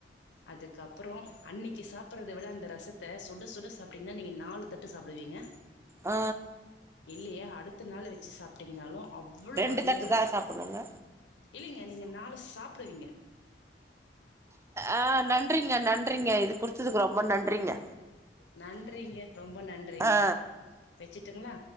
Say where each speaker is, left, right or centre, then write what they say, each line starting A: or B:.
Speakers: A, on the left; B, on the right.
A: அதுக்கப்பறோ அன்னைக்கி சாப்படறத விட அந்த ரசத்தை சுட சுட சாப்ட்டீங்கனா நீங்கள் நாலு தட்டு சாப்டுவீங்க
B: ஆ
A: இல்லியா அடுத்த நாள் வெச்சி சாப் டீங்கனாலு அவ்ளோ
B: ரெண்டு
A: அருமையா
B: தட்டு
A: இருக்கு
B: தான் சாப்பிடுவோங்க
A: இல்லீங்க நீங்க நாலு சாப்டுவீங்க
B: ஆ நன்றிங்க நன்றிங்க இது குடுத்ததுக்கு ரொம்ப நன்றிங்க
A: நன்றிங்க ரொம்ப நன்றிங்க
B: ஆ
A: வெச்சுட்டுங்களா